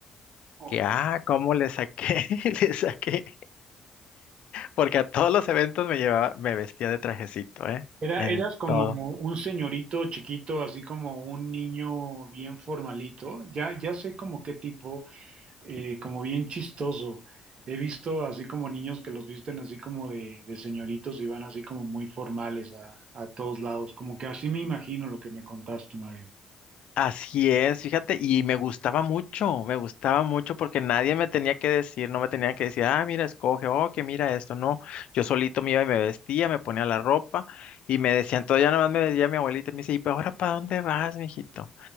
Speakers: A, on the right; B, on the left.
A: Ok.
B: que ah, cómo le saqué, <laughs> le saqué, porque a todos los eventos me llevaba, me vestía de trajecito, ¿eh?
A: Era,
B: En
A: eras como
B: todo.
A: un señorito chiquito, así como un niño bien formalito, ya, ya sé como qué tipo, eh, como bien chistoso. He visto así como niños que los visten así como de, de señoritos y van así como muy formales a, a todos lados, como que así me imagino lo que me contaste, Mario.
B: Así es, fíjate, y me gustaba mucho, me gustaba mucho porque nadie me tenía que decir, no me tenía que decir, ah, mira, escoge, oh, que mira esto, no, yo solito me iba y me vestía, me ponía la ropa y me decían, todo ya nada más me decía mi abuelita, y me dice, ¿y pero ahora para dónde vas, mijito?